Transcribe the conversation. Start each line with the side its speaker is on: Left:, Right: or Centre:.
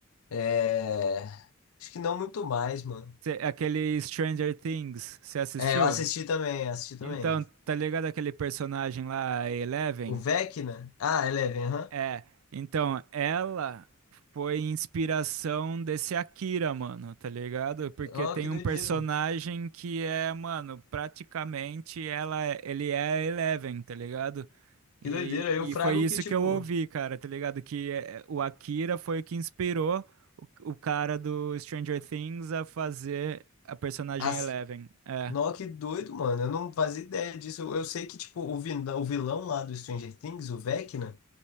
Left: é, acho que não muito mais, mano.
Right: Cê- aquele Stranger Things, você assistiu?
Left: É, eu assisti também, assisti também.
Right: Então, tá ligado aquele personagem lá, a Eleven?
Left: O Vecna, ah, Eleven, aham.
Right: É, então, ela foi inspiração desse Akira, mano, tá ligado? Porque
Left: Ó,
Right: tem
Left: que doideira,
Right: um personagem
Left: mano.
Right: que é, mano, praticamente ela, é- ele é a Eleven, tá ligado?
Left: Que
Right: E,
Left: doideira. Eu frago
Right: e foi isso
Left: que, tipo,
Right: que eu ouvi, cara, tá ligado? Que é, o Akira foi o que inspirou o, o cara do Stranger Things a fazer a personagem
Left: as
Right: Eleven. É.
Left: Nó, que doido, mano. Eu não fazia ideia disso. Eu, eu sei que, tipo, o, vin- o vilão lá do Stranger Things, o Vecna,